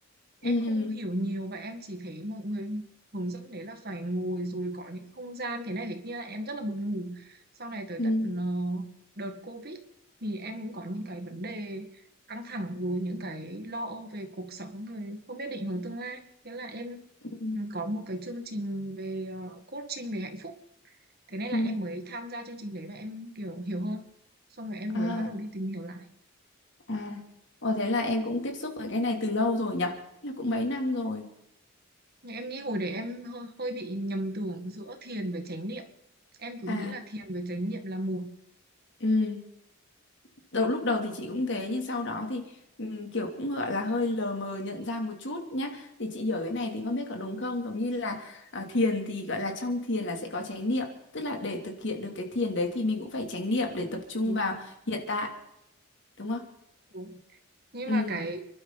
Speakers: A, on the right; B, on the left.
A: em
B: ừ
A: không hiểu nhiều và em chỉ thấy mọi người hướng dẫn đấy là phải ngồi rồi có những không gian thế này thế kia em rất là buồn ngủ sau này tới
B: ừ
A: tận ờ, đợt Covid thì em cũng có những cái vấn đề căng thẳng rồi những cái lo âu về cuộc sống rồi không biết định hướng tương lai thế là em
B: ừ
A: ừ, có một cái chương trình về ờ, coaching về hạnh phúc thế nên
B: ừ.
A: là em mới tham gia chương trình đấy và em kiểu hiểu hơn xong rồi em
B: à
A: mới bắt đầu đi tìm hiểu lại
B: à Ồ thế là em cũng tiếp xúc với cái này từ lâu rồi nhở là cũng mấy năm rồi
A: nhưng em nghĩ hồi đấy em hơi, hơi bị nhầm tưởng giữa thiền với chánh niệm em cứ
B: à
A: nghĩ là thiền với chánh niệm là một
B: ừ đầu lúc đầu thì chị cũng thế nhưng sau đó thì ừm, kiểu cũng gọi là hơi lờ mờ nhận ra một chút nhá thì chị hiểu cái này thì không biết có đúng không giống như là à, thiền thì gọi là trong thiền là sẽ có chánh niệm tức là để thực hiện được cái thiền đấy thì mình cũng phải chánh niệm để tập trung
A: đúng
B: vào hiện tại đúng không
A: đúng nhưng
B: ừ
A: mà cái